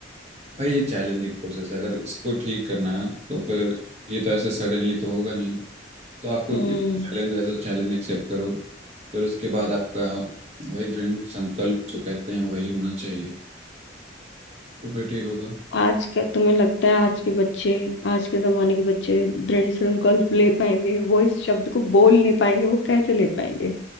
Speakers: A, on the right; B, on the left.
A: भाई ये चैलेंजिंग प्रोसेस है अगर इसको ठीक करना है तो फिर ये तो ऐसे सडनली तो होगा नहीं तो आपको
B: हम्म
A: challenge as a challenge accept करो फिर उसके बाद आपका वही दृढ़ संकल्प जो कहते हैं वही होना चाहिए तो फिर ठीक होगा
B: आज का तुम्हें लगता है आज के बच्चे आज के जमाने के बच्चे दृढ़ संकल्प <laughs> ले पाएंगे वो इस शब्द को बोल नहीं पाएंगे वो कैसे ले पाएंगे